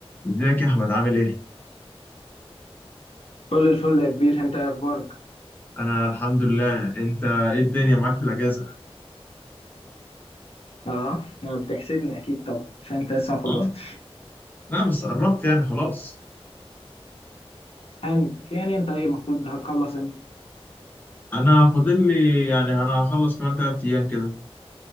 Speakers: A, on the left (about 20°); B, on the left (about 70°).
A: ازيك يا احمد عامل ايه
B: كل الفل يا كبير انت ايه اخبارك
A: انا الحمد لله انت ايه الدنيا معاك في الاجازه
B: اه بتحسدني اكيد طبعا عشان انت لسه ما خلصتش
A: اه لا بس قربت يعني خلاص
B: يعني يعني انت ايه المفروض هتخلص امتى
A: انا فاضل لي يعني انا هخلص كمان ثلاث ايام كده